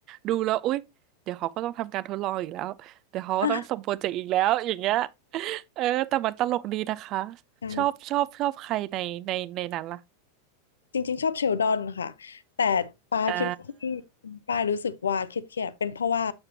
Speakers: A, on the right; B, on the left.
A: ดูแล้วอุ๊ยเดี๋ยวเขาก็ต้องทำการทดลองอีกแล้วเดี๋ยวเขาก็ต้องส่งโปรเจกต์อีกแล้วอย่างเงี้ย
B: อ่ะ
A: เออแต่มันตลกดีนะคะ
B: ใช่
A: ชอบชอบชอบใครในในในนั้นล่ะ
B: จริงๆชอบเชลดอนค่ะแต่ปาคิดว่าที่
A: อ่า
B: ปารู้สึกว่าเครียดๆเป็นเพราะว่า